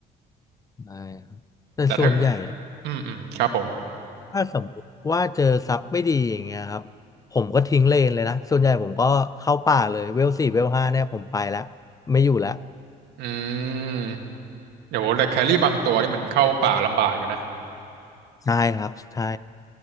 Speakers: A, on the left (about 20°); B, on the right (about 80°).
A: ได้ครับแต่ส่วนใหญ่
B: แต่ถ้าอืมอืมครับผม
A: ถ้าสมมติว่าเจอซับไม่ดีอย่างเงี้ยครับผมก็ทิ้งเลนเลยนะ ส่วนใหญ่ผมก็เข้าป่าเลยเวลสี่เวลห้าเนี่ยผมไปแล้วไม่อยู่แล้ว
B: อืมเดี๋ยวแต่แครี่บางตัวนี่มันเข้าป่าลำบากอยู่นะ
A: ใช่ครับใช่